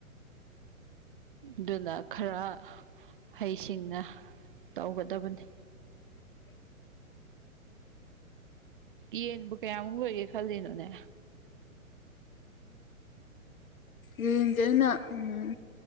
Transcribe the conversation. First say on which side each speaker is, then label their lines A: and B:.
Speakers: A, on the right; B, on the left.
A: ꯑꯗꯨꯅ ꯈꯔ ꯍꯩꯁꯤꯡꯅ ꯇꯧꯒꯗꯕꯅꯤ
B: <inaudible>
A: ꯌꯦꯟꯕꯨ ꯀꯌꯥꯃꯨꯛ ꯂꯣꯏꯒꯦ ꯈꯜꯂꯤꯅꯣꯅꯦ
B: ꯌꯦꯟꯖꯦ ꯑꯩꯅ ꯎꯝ